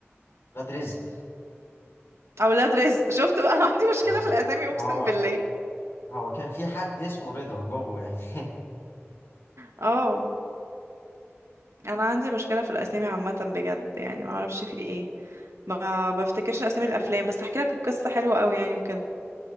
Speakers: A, on the left (about 65°); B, on the right (about 80°).
A: ولاد رزق
B: أولاد رزق <laughs> شفت بقى أنا عندي مشكلة
A: ما
B: في الأسامي
A: ما
B: أقسم
A: هو
B: بالله
A: هو كان في حد اسمه رضا جوه يعني
B: اه أنا عندي مشكلة في الأسامي عامة بجد يعني ما أعرفش في إيه ما بفتكرش أسامي الأفلام بس هحكي لك القصة حلوة قوي يعني وكده